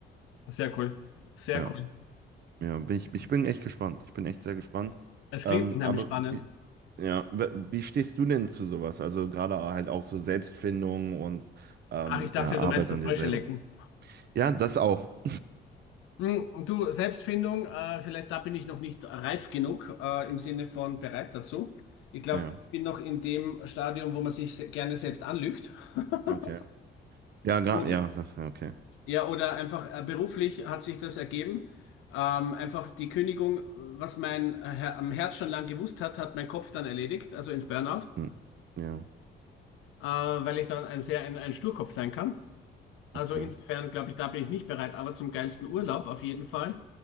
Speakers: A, on the left; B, on the right.
A: sehr cool. Sehr
B: ja.
A: cool.
B: Ja, bin ich, ich bin echt gespannt. Ich bin echt sehr gespannt.
A: Es
B: Ähm,
A: klingt nämlich
B: aber
A: spannend.
B: wie, ja, w- wie stehst du denn zu sowas? Also gerade halt auch so Selbstfindung und ähm,
A: Ach, ich dachte,
B: ja, Arbeit
A: du meinst das
B: an
A: Frösche
B: dir selber.
A: lecken.
B: Ja, das auch.
A: Hm, Du, Selbstfindung, äh, vielleicht da bin ich noch nicht reif genug äh, im Sinne von bereit dazu. Ich glaube,
B: Ja,
A: ich bin noch in dem Stadium, wo man sich se- gerne selbst anlügt. <laughs>
B: okay. Ja, gra-
A: Oder,
B: ja, das, ja, okay.
A: ja, oder einfach äh, beruflich hat sich das ergeben. Ähm, einfach die Kündigung, was mein äh, Her- am Herz schon lang gewusst hat, hat mein Kopf dann erledigt, also ins Burnout,
B: Hm. Ja,
A: äh, weil ich dann ein sehr ein, ein Sturkopf sein kann. Also
B: okay.
A: insofern glaube ich, da bin ich nicht bereit, aber zum geilsten Urlaub auf jeden Fall.